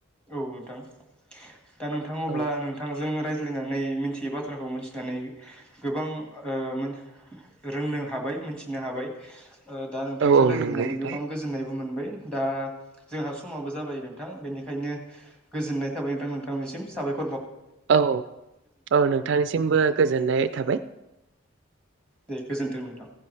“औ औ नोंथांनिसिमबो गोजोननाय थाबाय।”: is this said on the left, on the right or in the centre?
Right